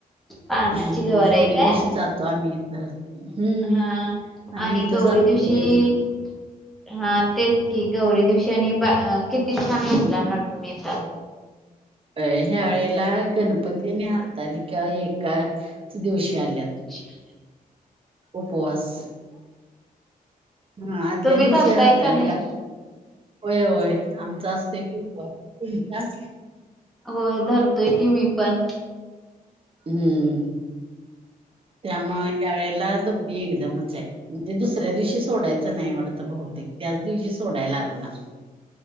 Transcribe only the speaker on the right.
हम्म
मग
गौरे
दिवशी जातो आम्ही इ तर हम्म.
आम्ही
इथं
जो
ह्या वेळेला गणपतीनी हरताली का एकाच दिवशी आल्यात.
उपवास हा आदल्या
दिवशी
हरतालीका
होय होय आमच असतय कि तुमचा
हम्म त्यामुळे या वेळेला दोन्ही एकदमच आहे. म्हणजे दुसऱ्या दिवशी सोडायचं नाही वाटत भौतेक त्याच दिवशी सोडायला लागणार.